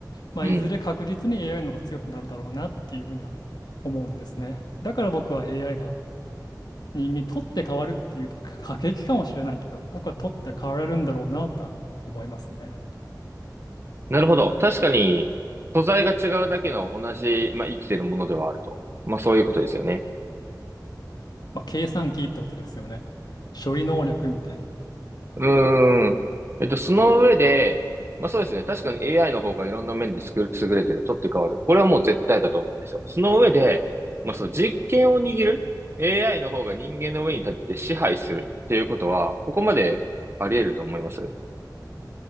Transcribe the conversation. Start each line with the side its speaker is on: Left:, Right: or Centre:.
Left: まあ、
Right: うん。
Left: いずれ確実に AI の方が強くなるだろうなっていうふうには思うんですね。だから僕は AI が人間、取って変わるっていうと <laughs> 過激かもしれないけど、僕は取って変われるんだろうなとは思いますね。
Right: なるほど。確かに、素材が違うだけの同じ、まあ、生きてるものではあると。まあ、そういうことですよね。
Left: まあ、計算機ってことですよね。処理能力みたいな。
Right: うーん。えっと、その上で、まあ、そうですね。確かに AI の方がいろんな面ですく優れてる。取って代わる。これはもう絶対だと思うんですよ。その上で、まあ、そう、実権を握る AI の方が人間の上に立って支配するっていうことは、ここまであり得ると思います。